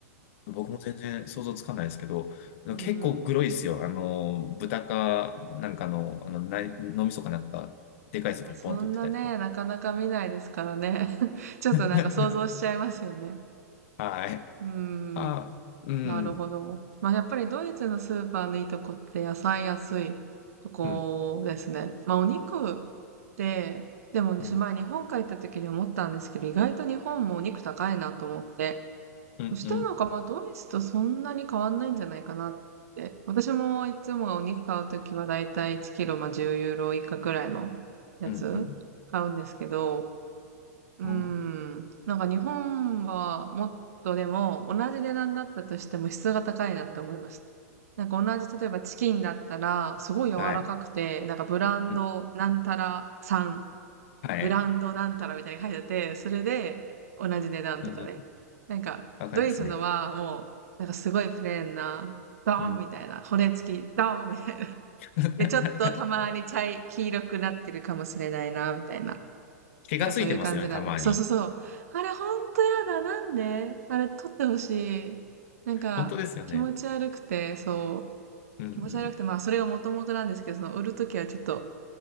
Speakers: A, on the left; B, on the right.
A: 僕も全然想像つかないですけど、
B: う。うんうん。
A: 結構グロいっすよ。あの、豚か、なんかの、あの、ない脳みそかなんか、でかいスーパーにポンと売ってたりとか。
B: まあそんなね、なかなか見ないですからね。<laughs> ちょっとなんか想像しちゃいますよね。
A: <laughs> はい。
B: うん。
A: あ、うん、
B: なるほど。まあやっぱりドイツのスーパーのいいとこって野菜安いとこですね。
A: うん、
B: まあお肉で、でも私前日本帰った時に思ったんですけど、
A: うん、
B: 意外と日本もお肉高いなと思って。
A: うん、
B: そしたらなんか、
A: うん、
B: ま、ドイツとそんなに変わんないんじゃないかなって。私もいつもお肉買うときはだいたい1キロ、ま、10ユーロ以下くらいのやつ買うんですけど、
A: うん、うん、
B: うーん、
A: うん
B: なんか日本はもっとでも、同じ値段だったとしても質が高いなって思いました。なんか同じ例えばチキンだったら、すごい柔らかくて、
A: はい、
B: なんかブランドなんたらさん
A: うん、はい、
B: ブランドなんたらみたいに書いてあって、それで同じ値段とかね。
A: うん、うん、
B: なんか、
A: わかりますね。
B: ドイツのはもう、なんかすごいプレーンな、ドンみたいな、
A: うん。
B: 骨付き、ドンみたいな。
A: <laughs>
B: で、ちょっとたまに茶い、黄色くなってるかもしれないな、みたいな。
A: 毛がついてますよね、
B: なんかそういう感じなんで。
A: たまに。
B: そうそうそう。あれほんとやだ、なんであれ取ってほしい。なんか、
A: 本当ですよね。
B: 気持ち悪くて、そ
A: うん、うん。
B: う、気持ち悪くて、まあそれが元々なんですけど、その売るときはちょっと、